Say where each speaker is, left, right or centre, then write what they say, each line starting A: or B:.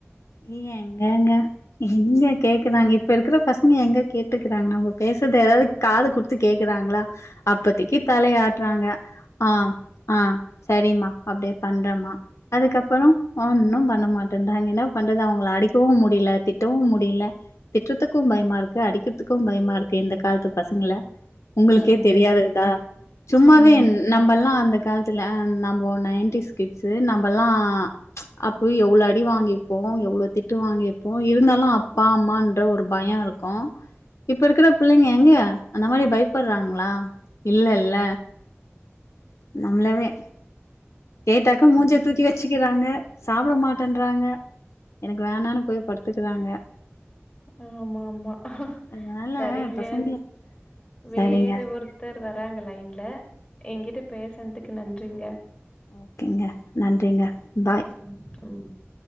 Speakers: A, on the left; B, on the left.
A: இ எங்கங்க எங்க கேக்குறாங்க இப்ப இருக்கிற பசங்க எங்க கேட்டுக்கறாங்க நம்ம பேசறத ஏதாவது காது குடுத்து கேக்குறாங்களா அப்பத்திக்கு தலை ஆட்றாங்க ஆ ஆ சரிம்மா அப்டே பண்றமா அதுக்கப்பறோ ஒன்னும் பண்ண மாட்டேன்றாங்க என்னா பண்றது அவுங்கள அடிக்கவும் முடியல திட்டவும் முடியல திட்டறதுக்கும் பயமா இருக்கு அடிக்கிறதுக்கும் பயமா இருக்கு இந்த காலத்து பசங்கல உங்களுக்கே
B: ஆமாங்களா
A: தெரியாததா சும்மாவே
B: ம்
A: என் நம்பல்லாம் அந்த காலத்துல நம்போ நைன்டிஸ்கிட்ஸு நம்பல்லா அப்போ எவ்ளோ அடி வாங்கி ப்போ எவ்ளோ திட்டு வாங்கிருப்போம் இருந்தாலு அப்பா அம்மன்ற ஒரு பயோ இருக்கு இப்ப இருக்கிற பிள்ளைங்க எங்க அந்த மாரி பயப்படுறாங்களா இல்ல இல்ல நம்மளவே கேட்டாக்க மூஞ்ச
B: ஆ
A: தூக்கி வச்சு வச்சுக்கிறாங்க சாப்பிட மாட்டேன்றன்றாங்க எனக்கு வேணானனு போய் படுத்துக்கறாங்க
B: ஆமா ஆமா
A: அதனால
B: சரிங்க
A: பசங்கள
B: வேற
A: சரிங்க
B: ஒருத்தர் வராங்க லைன்ல என்கிட்ட பேச னதக்கு நன்றிங்க
A: ஓக்கேங்க நன்றிங்க பாய்
B: ம்